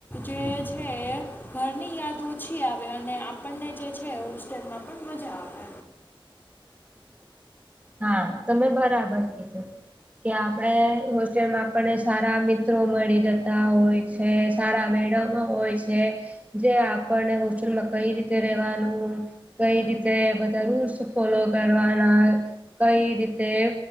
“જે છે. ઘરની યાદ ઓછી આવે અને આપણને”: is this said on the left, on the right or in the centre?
Left